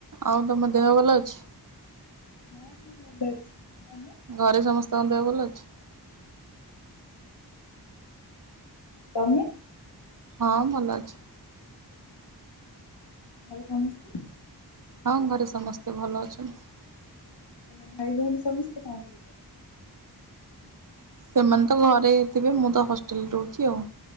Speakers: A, on the right; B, on the left.
A: ଆଉ ତମ ଦେହ ଭଲ ଅଛି?
B: ହଁ। <unintelligible>
A: ଘରେ ସମସ୍ତଙ୍କ ଦେହ ଭଲ ଅଛି?
B: ତମେ?
A: ହଁ ଭଲ ଅଛି।
B: ଘରେ ସମସ୍ତେ --
A: ହଁ ଘରେ ସମସ୍ତେ ଭଲ ଅଛନ୍ତି।
B: ଆଉ ଭାଇ ଭଉଣୀ ସମସ୍ତେ କଁ କରୁଚନ୍ତି?
A: ସେମାନେ ତ ଘରେ ଥିବେ, ମୁଁ ତ ହଷ୍ଟେଲରେ ରହୁଚି ଆଉ।